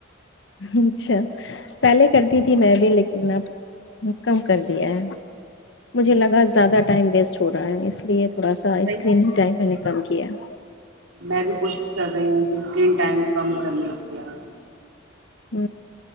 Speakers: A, on the left; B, on the right.
A: اچھا پہلے کر دی تھی میں بھی لیکن اب کم کر دیا ہے مجھے لگا زیادہ ٹائم ویسٹ ہو رہا ہے اس لیے تھوڑا سا
B: صحیح
A: اسکرینگ ٹائم میں نکل کیا <unintelligible>
B: میں بھی کوشش کر رہی ہوں کہ اسکرین ٹائم کم کرنے کیا
A: ہ